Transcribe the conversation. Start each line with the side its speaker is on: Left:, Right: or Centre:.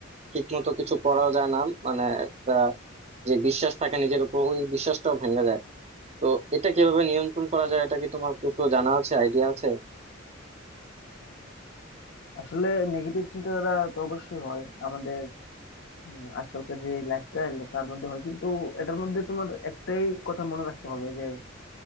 Right: ঠিক মতো কিছু করাও যায় না মানে একটা যে বিশ্বাস থাকে নিজের উপর ওই বিশ্বাসটাও ভেঙে যায় তো এটা কিভাবে নিয়ন্ত্রণ করা যায় এটা কি তোমার কিছু জানা আছে আইডিয়া আছে
Left: আসলে নেগেটিভ চিন্তাধারা তো অবশ্যই হয় আমাদের উম, আজকালকার যে লাইফস্টাইল তার মধ্যে হয় কিন্তু এটার মধ্যে তোমার একটাই কথা মনে রাখতে হবে আর